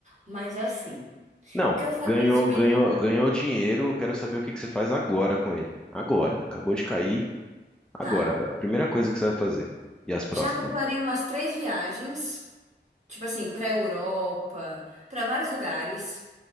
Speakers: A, on the right (about 40°); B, in the centre.
A: Mas assim,
B: Não,
A: o que eu faria
B: ganhou,
A: de imediato?
B: ganhou, ganhou dinheiro, eu quero saber o que que você faz agora com ele. Agora, acabou de cair Agora,
A: Tá.
B: a primeira coisa que você vai fazer. E as próximas?
A: Já compraria umas três viagens, tipo assim, pra Europa, pra vários lugares.